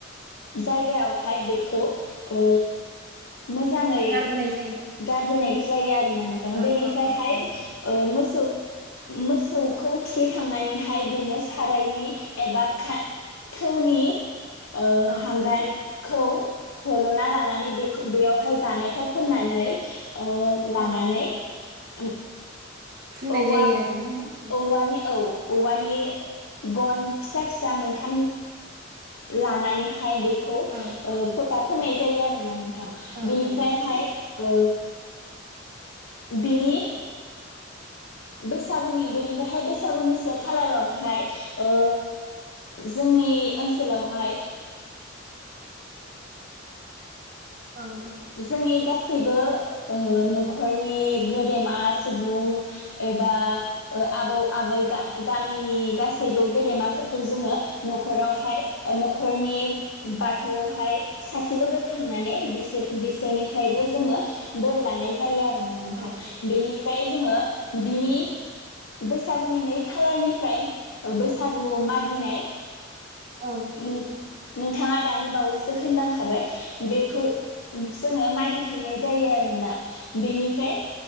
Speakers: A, on the left (about 80°); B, on the right (about 50°).
A: जायगायावहाय बेखौ ओ मोजाङै
B: गारबोनाय जायो
A: गारबोनाय जायो आरो ना। नोंथां
B: औ
A: बेनिफ्रायहाय
B: औ औ औ
A: ओ
B: नोंथां
A: मोसौ मोसौखौ थुखैखांनानैहाय बेनो सारायनि एबा खा-थौनि ओ
B: औ
A: हांगारखौ
B: नोंथां
A: हल'ना लानानै बेखौ बेयावहाय जानायथाव फोननानै ओ लानानै
B: औ औ
A: औ <unintelligible>
B: फुननाय
A: औवा-औवानि
B: जायो आरोना ना नोंथां
A: औ औवानि गन फिसा फिसा मोनथाम लानानैहाय ओमफ्राय बेखौ
B: औ
A: ओ फथा होनाय जायो आरोना नोंथां ।
B: औ
A: बेनिफ्रायहाय
B: औ नोंथां
A: औ बिनि बैसागुनि बेनिफ्रायहाय बैसागुनि से खालारावहाय ओ जोंनि ओनसोलावहाय
B: औ नोंथां
A: जोंनि गासै बो ओ न'खरनि गेदेमा सुबुं एबा ओ आबौ आबै गा गामिनि
B: औ
A: गासैबो
B: औ
A: गेदेमा फोरखौ जोङो न'खरावहाय
B: औ
A: ओ न ख'रनि बाथौआवहाय साथि ल'गाय खांनानै बे बिसोरनिफ्रायबो जोङो बोर लानाय जायो आरो । नोंथां
B: औ औ औ
A: बेनिफ्राय जोङो बिनि बैसागुनि नै खालारनिफ्राय ओ बैसागुआव मागिनाय
B: औ नोंथां
A: नों
B: औ
A: नोंथाङा दानि बावैसो होनलांखाबाय बेखौ जोङो मागि हैनाय जायो आरो ना । बेनिफ्राय